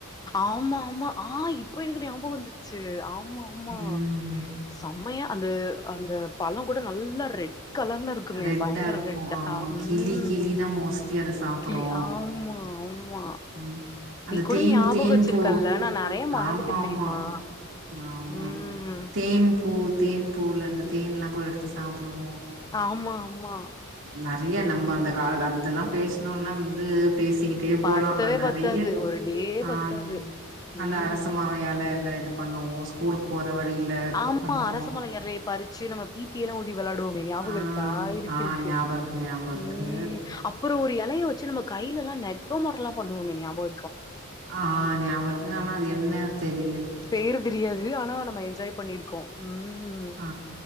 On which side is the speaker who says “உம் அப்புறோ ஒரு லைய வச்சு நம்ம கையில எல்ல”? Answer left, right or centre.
Left